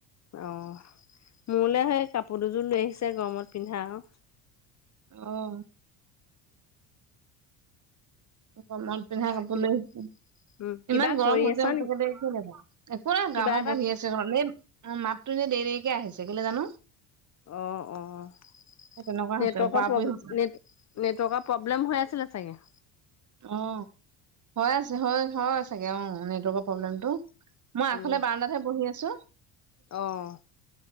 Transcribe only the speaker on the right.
অ'। অকণমান পিন্ধা কাপোৰ
লৈ আহিছো <inaudible>
ইমান গৰম
হৈছে
সচাকে
দেই <unintelligible> একো নাই
ঘামত
বহি আছোঁ। <unintelligible> অ, মাততো এনে দেৰি দেৰিকে আহিছে কেলৈ জানো।
সেই তেনেকুৱা হৈছে
ওপৰা ওপৰি
হৈছে
অ', হৈ আছে হয়, হয় চাগে অ', এনে নেটৱৰ্কৰ প্ৰব্লেমটো,
মই আগফালে
বাৰান্দাত হে বহি আছোঁ।